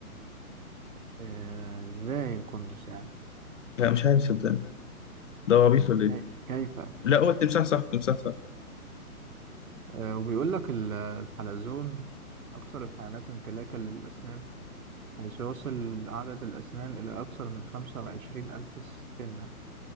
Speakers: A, on the right; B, on the left.
A: آه، ازاي القندس يعني
B: لا مش عارف صدقني ده هو عبيط ولا
A: كي-
B: ايه
A: كيف
B: لا هو التمساح صح التمساح صح
A: آه، وبيقول لك ال- الحلزون أكثر الحيوانات امتلاكا للأسنان حيث يصل عدد الأسنان إلى أكثر من خمسة وعشرين ألف سنة